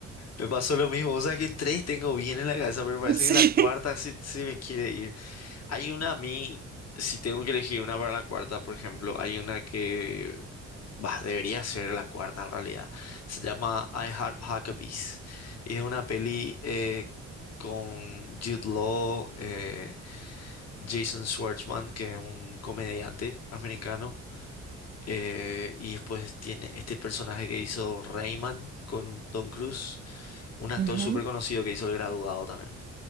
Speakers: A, on the left; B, on the right.
A: Me pasó lo mismo, o sea que tres tengo bien en la cabeza, pero parece
B: <laughs> Sí.
A: que la cuarta sí, sí me quiere ir. Hay una a mí, si tengo que elegir una para la cuarta, por ejemplo, hay una que Bah, debería ser la cuarta en realidad. Se llama I Heart Huckabees. Y es una peli eh, con Jude Law, eh, Jason Schwartzman, que es un comediante americano. eh, y después tiene este personaje que hizo Rayman con Tom Cruise, un actor
B: Ujú,
A: súper conocido que hizo El Graduado también.